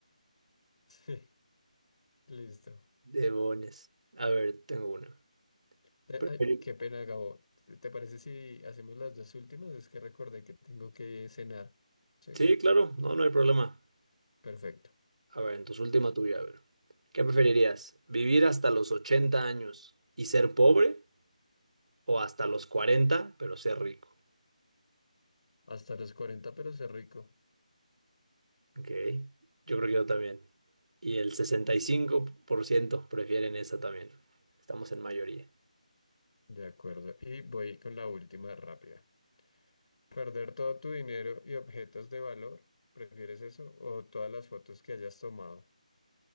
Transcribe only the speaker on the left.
Sí, listo.
Te-
Ay, qué pena, Gabo. ¿Te te parece si hacemos las dos últimas? Es que recordé que tengo que cenar. Sí,
perfecto.
Hasta los 40, pero sé rico.
De acuerdo. Y voy con la última rápida. ¿Perder todo tu dinero y objetos de valor? ¿Prefieres eso? ¿O todas las fotos que hayas tomado?